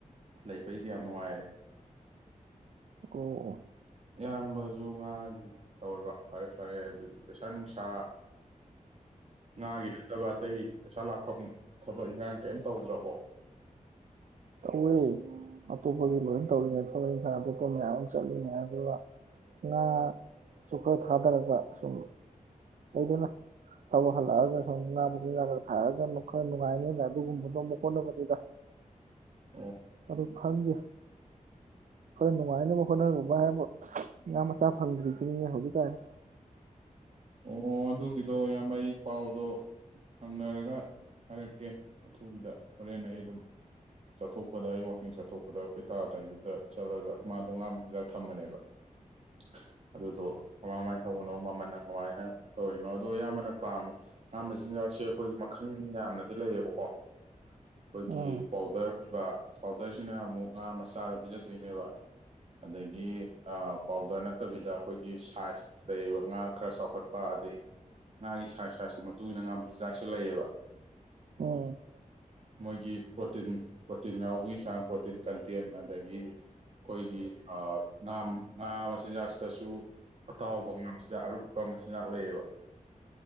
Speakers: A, on the right; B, on the right.
A: ꯂꯩ ꯑꯗꯨ ꯑꯩꯗꯤ ꯌꯥꯝ ꯅꯨꯡꯉꯥꯏꯌꯦ
B: ꯑꯣ
A: ꯏꯌꯥꯝꯕꯁꯨ ꯉꯥꯒꯤ ꯇꯧꯔꯕ ꯐꯔꯦ ꯐꯔꯦ ꯑꯗꯨꯗꯤ ꯄꯩꯁꯥ ꯅꯨꯡꯁꯥ ꯉꯥꯒꯤ ꯅꯠꯇꯕ ꯑꯇꯩ ꯄꯩꯁꯥ ꯂꯥꯛꯐꯝ ꯊꯕꯛ ꯏꯪꯈꯥꯡ ꯀꯩꯝ ꯇꯧꯗ꯭ꯔꯕꯣ
B: ꯇꯧꯋꯦ ꯑꯇꯣꯞꯄꯒꯤ ꯂꯣꯏ ꯇꯧꯔꯤꯉꯩ ꯊꯕꯛ ꯏꯟꯈꯥꯡ ꯑꯇꯣꯞꯄ ꯃꯌꯥꯝ ꯑꯃ ꯆꯠꯂꯤꯅꯦ ꯑꯗꯨꯒ ꯉꯥꯁꯨ ꯈꯔ ꯊꯥꯗꯔꯒ ꯁꯨꯝ ꯂꯩꯗꯅ ꯊꯕꯛ ꯍꯜꯂꯛꯑꯒ ꯁꯨꯝ ꯉꯥ ꯃꯆꯤꯟꯖꯥꯛ ꯈ ꯊꯥꯔꯒ ꯈꯔ ꯅꯨꯡꯉꯥꯏꯅꯤꯗ ꯑꯗꯨꯒꯨꯝꯕꯗꯣ ꯑꯃꯨꯛ ꯍꯣꯠꯅꯕꯅꯤꯗ
A: ꯑꯣ
B: ꯑꯗꯨ ꯈꯪꯗꯦ ꯈꯔ ꯅꯨꯡꯉꯥꯏꯅꯕ ꯍꯣꯠꯅꯔꯨꯕ ꯍꯥꯏꯕ ꯉꯥ ꯃꯆꯥ ꯐꯪꯗ꯭ꯔꯤꯁꯤꯅꯤꯅꯦ ꯍꯧꯖꯤꯛꯀꯥꯟꯁꯤ
A: ꯑꯣ ꯑꯗꯨꯒꯤꯗꯣ ꯌꯥꯝ ꯃꯩ ꯄꯥꯎꯗꯣ ꯍꯪꯅꯔꯒ ꯍꯥꯏꯔꯛꯀꯦ ꯑꯊꯨꯕꯤꯗ ꯍꯣꯔꯦꯟ ꯑꯩ ꯑꯗꯨꯝ ꯆꯠꯊꯣꯛꯄꯗ ꯑꯩ ꯋꯀꯤꯡ ꯆꯠꯊꯣꯛꯄꯗ ꯑꯩꯈꯣꯏ ꯇꯥꯗ ꯒꯤꯗꯨꯗ ꯆꯠꯂꯒ ꯃꯥꯗꯣ ꯉꯥꯥꯟꯕ ꯍꯤꯟꯖꯥꯛ ꯊꯝꯕꯅꯦꯕ <inaudible> ꯑꯗꯨꯗꯣ ꯀꯃꯥꯡ ꯀꯃꯥꯏꯅ ꯊꯧꯕꯅꯣ ꯃꯃꯜꯅ ꯀꯃꯥꯏꯅ ꯇꯧꯔꯤꯅꯣ ꯑꯗꯣ ꯑꯌꯥꯝꯕꯅ ꯄꯥꯝꯃꯤ ꯉꯥ ꯃꯆꯤꯟꯖꯥꯛꯁꯦ ꯑꯩꯈꯣꯏꯒꯤ ꯃꯈꯜ ꯌꯥꯝꯅꯗꯤ ꯂꯩꯌꯦꯕꯀꯣ ꯑꯩꯈꯣꯏꯒꯤ
B: ꯎꯝ
A: ꯄꯥꯎꯗꯔ ꯄꯕ ꯄꯥꯎꯗꯔꯁꯤꯅ ꯑꯃꯨꯛ ꯉꯥ ꯃꯆꯥꯗ ꯄꯤꯖꯗꯣꯏꯅꯦꯕ ꯑꯗꯒꯤ ꯄꯥꯎꯗꯔ ꯅꯠꯇꯕꯤꯗ ꯑꯩꯈꯣꯌꯒꯤ ꯁꯤꯖꯦ ꯂꯩꯌꯦꯕꯥꯛ ꯈꯔ ꯆꯥꯎꯈꯠꯄ ꯑꯗꯒꯤ ꯉꯥꯒꯤ ꯁꯥꯏꯖ ꯁꯥꯏꯖꯁꯤ ꯃꯇꯨꯡ ꯏꯟꯅ ꯉꯥꯕ ꯆꯤꯟꯖꯥꯛꯁꯨ ꯂꯩꯑꯕ
B: ꯎꯝ
A: ꯃꯣꯏꯒꯤ ꯄ꯭ꯔꯣꯇꯤꯟ ꯄ꯭ꯔꯣꯇꯤꯟ ꯌꯥꯎꯕꯒꯤ ꯆꯥꯡ ꯄ꯭ꯔꯣꯇꯤꯟ ꯀꯟꯇꯦꯟ ꯑꯗꯒꯤ ꯑꯩꯈꯣꯏꯒꯤ ꯉꯥ ꯉꯥ ꯃꯆꯤꯟꯖꯥꯛꯁꯤꯗꯁꯨ ꯑꯇꯥꯎꯕ ꯉꯥ ꯃꯆꯤꯟꯖꯥꯛ ꯑꯨ ꯄꯛꯄ ꯃꯆ ꯉꯥꯛ ꯂꯩꯌꯦꯕ